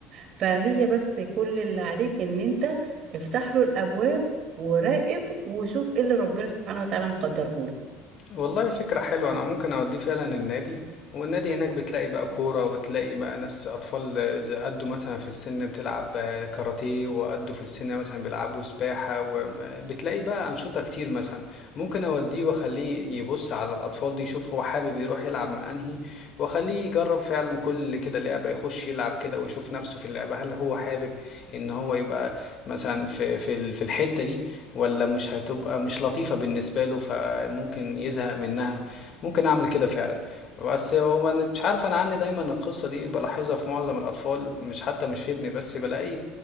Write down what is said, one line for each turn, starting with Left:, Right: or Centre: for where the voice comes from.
Right: فهي بس كل اللي عليك إن أنت افتح له الأبواب وراقب وشوف إيه اللي ربنا سبحانه وتعالى مقدره لك.
Left: والله فكرة حلوة أنا ممكن أوديه فعلا النادي والنادي هناك بتلاقي بقى كورة وتلاقي بقى ناس أطفال إذا قدوا مثلا في السن بتلعب آه، كاراتيه وقدوا في السن مثلا بيلعبوا سباحة وبتلاقي بقى أنشطة كتير مثلا ممكن أوديه وأخليه يبص على الأطفال دي يشوف هو حابب يروح يلعب مع أنهي وأخليه يجرب فعلا كل كده لعبة يخش يلعب كده ويشوف نفسه في اللعبة هل هو حابب إن هو يبقى مثلا في في ال- في الحتة دي ولا مش هتبقى مش لطيفة بالنسبة له ف ممكن يزهق منها ممكن اعمل كده فعلا بس هو ما أنا- مش عارف انا عندي دايما القصه دي بلاحظها في معظم الاطفال مش حتى مش في ابني بس بلاقي